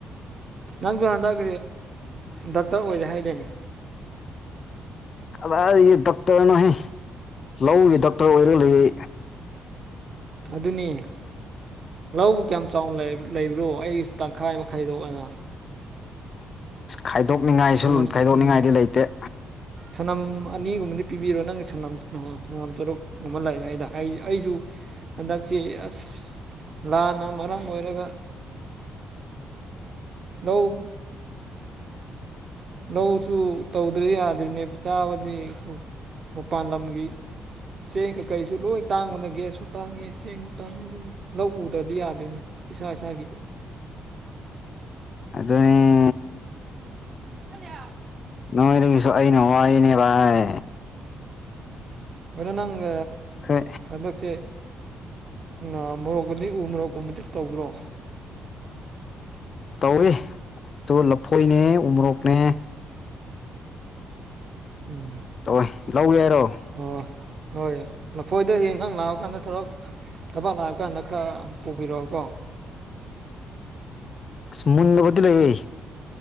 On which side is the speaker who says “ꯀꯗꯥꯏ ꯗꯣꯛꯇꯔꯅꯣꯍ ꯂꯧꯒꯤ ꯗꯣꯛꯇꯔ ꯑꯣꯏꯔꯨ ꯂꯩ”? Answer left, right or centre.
Left